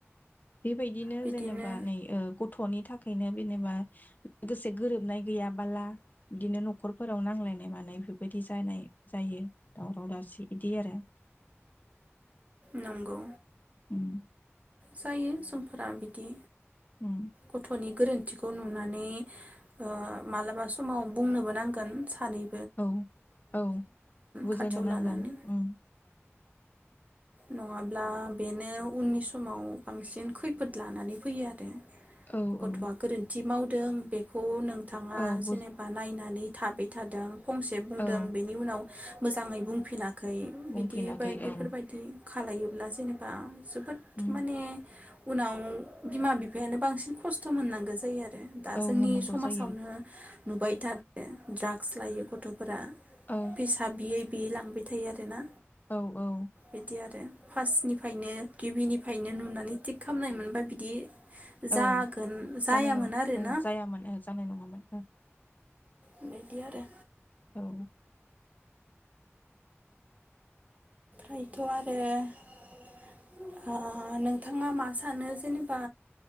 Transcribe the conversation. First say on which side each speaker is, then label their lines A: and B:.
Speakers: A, on the left (about 40°); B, on the right (about 30°).
A: बेबायदिनो
B: बिदिनो
A: जेनेबा नै ओ ग' थ'नि थाखायनो जेनेबा लोगोसे गोरोबनाय गैयाबाला बिदिनो न'खरफोराव नांलायनाय मानाय बेफोरबायदि जानाय जायो दावराव दावसि बिदि आरो।
B: नंगौ।
A: उम
B: जायो समफोरा बिदि
A: उम
B: गथ'नि गोरोन्थिखौ नुनानै ओ मालाबा समाव बुंनोबो नांगोन सानै
A: औ औ बुजायनो
B: खाथियाव
A: नांगोन
B: लानानै
A: उम
B: नङाब्ला बेनो उननि समाव बांसिन खैफोद लानानै फैयो आरो
A: औ
B: गथ'आ
A: औ
B: गोरोन्थि माव दों बेखौ नों थाङा
A: औ बुज
B: जेनेबा नायनानै थाबाय थादों फंसे बुंदों
A: औ
B: बेनि उनाव मोजाङै बुंफिना खै
A: बुंफिनाखै
B: बिदि बाय बेफोरबायदि
A: औ
B: खालायोब्ला जेनेबा जोबोद
A: उम
B: माने उनाव बिमा बिफायानो बांसिन खस्थ' मोननांगौ जायो आरो। दा
A: औ
B: जोंनि
A: होननांगौ
B: समाजावनो
A: जायो
B: नुबाय थादो ड्राग्स लायो गथ'फोरा
A: औ
B: फेसा बियै बियै लांबाय थायो आरोना
A: औ-औ
B: बिदि आरो फासनिफ्रायनो गिबिनि फायनो नुनानै थिग खामनाय मोनबा बिदि
A: औ
B: जागोन जायामोन
A: जानाय नङा
B: आरोना
A: ओ जायामोन ओ जानाय नङामोन ओ
B: बेबायदि आरो
A: औ
B: ओमफ्रायथ' आरो ओ नोंथाङा मा सानो जेनेबा